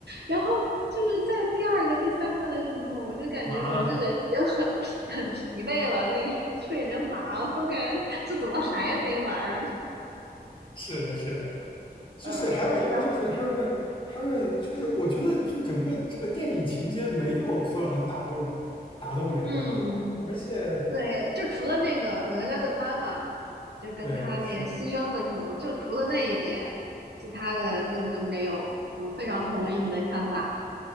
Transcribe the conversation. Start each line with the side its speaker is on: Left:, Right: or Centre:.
Right: 然后就是在第二个、第三个的时候，我就感觉我这人已经很疲
Left: 麻了。
Right: <laughs> 很疲惫了，对，就已经麻了。我感觉这怎么还没完啊？
Left: <laughs> 是的，是的，
Right: <laughs>
Left: 就是还有一个就是他们，
Right: 呃，然后
Left: 他们就是我觉得就整个这个电影情节没有说很打动打动人的地方，
Right: 嗯，
Left: 而且
Right: 对，就除了那个哪吒的妈妈，就跟他那个牺牲的时候，
Left: 对是。
Right: 就除了那一点，其他的真的没有。我非常同意你的看法。